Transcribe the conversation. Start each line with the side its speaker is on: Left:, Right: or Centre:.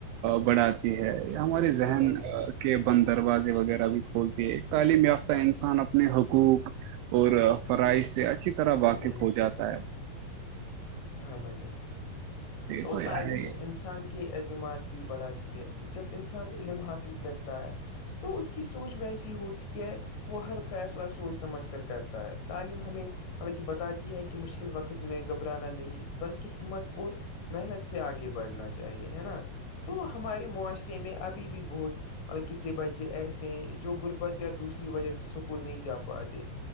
Right: بڑھاتے ہے یا ہماراری ذہن
Left: ہاں بھائی جان
Right: کے بند دروازے وغیرہ بھی کھولتی ہے تعلیم یافتہ انسان اپنے ح کوک اور فرائی سے اچھی طرح واقف
Left: ہاں بھائی جان
Right: ہو جاتا ہے
Left: ہاں بھجان
Right: یہ
Left: تو
Right: ہے
Left: تعلیم
Right: ہی
Left: انسان کے بڑھاتی ہے جب انسان علم حاصل کرتا ہے تو اس کی سوچ ویسی ہوتی ہے وہ ہر فیصلہ سوچ سمجھ کر کرتا ہے تعلیم ہمیں مطلب کہ بتاتی ہے کہ مشکل وقت میں گھبرانا نہیں بلکہ ہمت اور محنت سے آگے بڑھنا چاہیے ہے نا تو ہمارے معاشرے میں ابھی بھی بہت مطلب کسی بچے ایسے ہیں جو غربت یا دوسری وجہ سے سکول نہیں جا پاتے